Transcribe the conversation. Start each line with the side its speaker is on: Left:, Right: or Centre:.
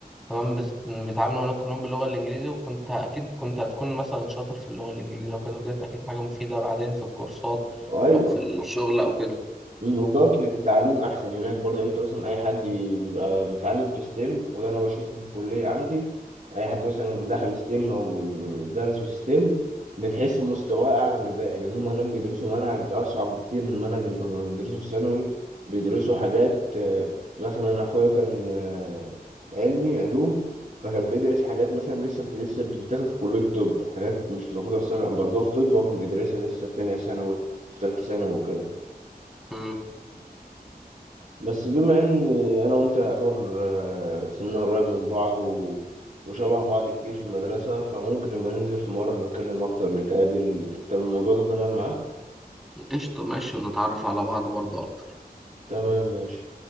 Centre: تمام بت- بيتعاملوا هناك كلهم باللغه الانجليزي وكنت اكيد كنت هتكون مثلا شاطر في اللغه الانجليزيه وكده وديت اكيد حاجه مفيده بعدين في الكورسات
Right: أيوة
Centre: او في الشغل او كده
Right: مم، وجودة التعليم أحسن هناك برضه يعني أنت مثلا أي حد بي- بيبقى متعلم في ستيم وده أنا بشوفه في الكلية عندي أي حد مثلا دخل ستيم أو درس في ستيم بتحس مستواه أعلى من الباقي لأن هم هناك بيدرسوا منهج أصعب كتير من المنهج اللي كنا بندرسه في ثانوي بيدرسوا حاجات آه، مثلا أنا أخويا كان آه، علمي علوم فكان بيدرس حاجات مثلا لسه بت- لسه بتتاخد في كلية طب حاجات مش موجودة في ثانوي باخدوها في طب هو كان بيدرسها لسه في تانية ثانوي في تالتة ثانوي وكده
Centre: مم.
Right: بس بما ان انا وانت يعتبر آه، سننا قريب من بعض و... وشبه بعض كتير في المدرسة فممكن نبقى ننزل في مرة نتكلم اكتر نتقابل تمام الموضوع ده تمام معاك
Centre: قشطه ماشي نتعرف على بعض برضو اكتر
Right: تمام ماشي